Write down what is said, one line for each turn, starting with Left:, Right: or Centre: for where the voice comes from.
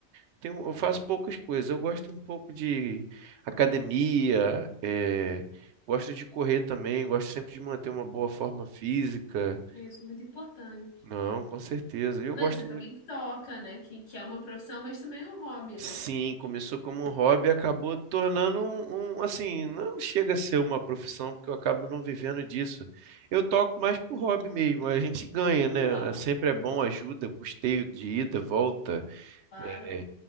Right: Eu Tenho, eu faço poucas coisas. Eu gosto um pouco de academia, eh, gosto de correr também, gosto sempre de manter uma boa forma física.
Left: isso é muito importante.
Right: Não, com certeza. E eu
Left: Mas
Right: gosto
Left: você também toca, né? Que, que é uma profissão, mas também é um hobby,
Right: Sim,
Left: né?
Right: começou como um hobby e acabou tornando um, um, assim, não chega a ser uma profissão, porque eu acabo não vivendo disso. Eu toco mais por hobby mesmo, a gente ganha,
Left: Então,
Right: né? É, Sempre é bom, ajuda, custeio de ida, volta.
Left: claro.
Right: É.